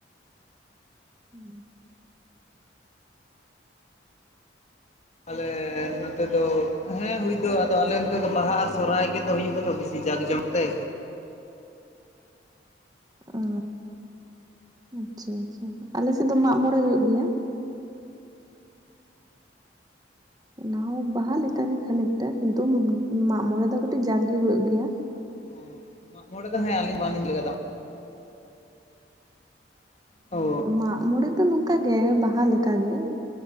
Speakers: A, on the right; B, on the left.
A: ᱦᱩ
B: ᱟᱞᱮ ᱱᱚᱛᱮ ᱫᱚ ᱦᱮᱸ ᱦᱩᱭ ᱫᱚ ᱟᱫᱚ ᱟᱞᱮ ᱱᱚᱛᱮ ᱫᱚ ᱵᱟᱦᱟ ᱟᱨ ᱥᱚᱨᱦᱟᱭ ᱜᱮᱫᱚ ᱦᱩᱭᱩᱜᱼᱟ ᱛᱚ ᱵᱤᱥ ᱡᱟᱜ ᱡᱚᱢᱚᱠ ᱛᱮ
A: ᱚ ᱟᱪᱪᱷᱟ ᱟᱪᱪᱷᱟ ᱟᱞᱮᱥᱮᱫ ᱫᱚ ᱢᱟᱜᱢᱚᱬᱮ ᱦᱩᱭᱩᱜ ᱜᱮᱭᱟ ᱚᱱᱟᱦᱚᱸ ᱵᱟᱦᱟ ᱞᱮᱠᱟᱜᱮ ᱠᱷᱟᱱᱮᱠᱴᱟ ᱠᱤᱱᱛᱩ ᱢᱟᱜᱢᱬᱮ ᱫᱚ ᱠᱟᱹᱴᱤᱡ ᱡᱟᱸᱠ ᱜᱮ ᱦᱩᱭᱩᱜ ᱜᱮᱭᱟ
B: ᱦᱳ ᱢᱟᱜ ᱢᱚᱬᱮ ᱫᱚ ᱦᱮᱸ ᱟᱹᱞᱤᱧ ᱵᱟᱝᱞᱤᱧ <unintelligible> ᱚ
A: ᱢᱟᱜ ᱢᱚᱬᱮ ᱫᱚ ᱱᱚᱝᱠᱟᱜᱮ ᱵᱟᱦᱟ ᱞᱮᱠᱟᱜᱮ